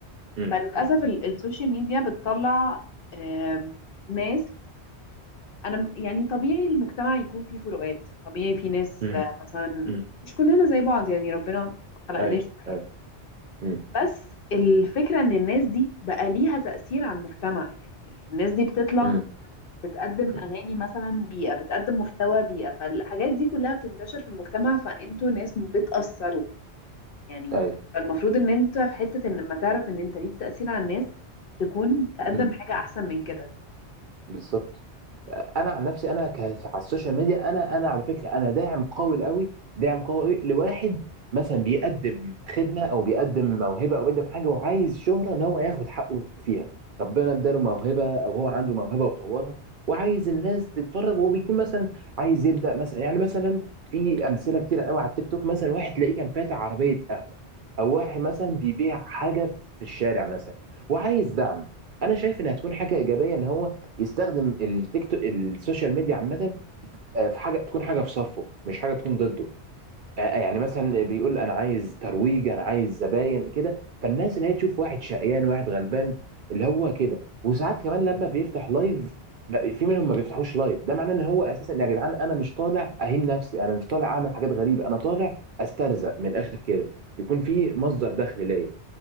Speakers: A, on the right (about 60°); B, on the left (about 55°).
A: امم
B: فللاسف ال- السوشيال ميديا بتطلع آم، ناس انا م- يعني طبيعي المجتمع يكون فيه فروقات طبيعي في ناس
A: امم
B: آه، مثلا
A: امم
B: مش كلنا زي بعض يعني ربنا ما خلقناش
A: ايوه
B: كده.
A: ايوه امم
B: بس الفكرة ان الناس دي بقى ليها تأثير على المجتمع يعني الناس دي بتطلع
A: امم
B: بتقدم
A: امم
B: اغاني مثلا بيئة بتقدم محتوى بيئة فالحاجات دي كلها بتنتشر في المجتمع فانتوا ناس بتأثروا يعني
A: ايوه
B: فالمفروض ان انت في حتة ان لما تعرف ان انت ليك تأثير على الناس تكون تقدم
A: امم
B: حاجة احسن من كده
A: بالظبط انا عن نفسي انا ك- على السوشيال ميديا انا انا على فكره انا داعم قوي قوي داعم قوي قوي لواحد مثلا بيقدم خدمه او بيقدم موهبه او بيقدم حاجه وعايز شهره ان هو ياخد حقه فيها ربنا اداله موهبه او هو عنده موهبه وطورها وعايز الناس تتفرج وبيكون مثلا عايز يبدا مثلا يعني مثلا في امثله كتير قوي على التيك توك مثلا واحد تلاقيه كان فاتح عربيه قهوه او واحد مثلا بيبيع حاجه في الشارع مثلا وعايز دعم انا شايف ان هتكون حاجه ايجابيه ان هو يستخدم التيك تو... السوشيال ميديا عامة آه، في حاجة تكون حاجة في صفه مش حاجة تكون ضده آه، آه، يعني مثلا بيقول أنا عايز ترويج أنا عايز زباين كده فالناس اللي هي تشوف واحد شقيان واحد غلبان اللي هو كده وساعات كمان لما بيفتح لايف ما- في منهم ما بيفتحوش لايف ده معناه ان هو اساسا يا جدعان انا مش طالع اهين نفسي انا مش طالع اعمل حاجات غريبه انا طالع استرزق من الاخر كده يكون في مصدر دخل ليا